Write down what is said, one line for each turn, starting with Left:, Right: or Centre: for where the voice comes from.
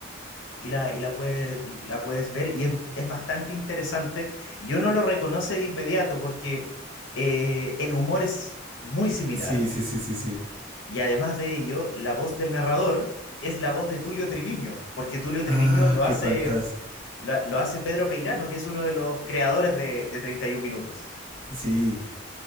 Left: Y la, y la, puedes, la puedes ver y es, es bastante interesante. Yo no lo reconoce de inmediato porque eh, el humor es muy similar,
Right: Sí, sí, sí, sí, sí.
Left: y además de ello, la voz del narrador es la voz de Tulio Triviño, porque Tulio Triviño
Right: Ah,
Left: lo hace,
Right: qué fantasma.
Left: lo, lo hace Pedro Peirano, que es uno de los creadores de, de 31 Minutos.
Right: Sí.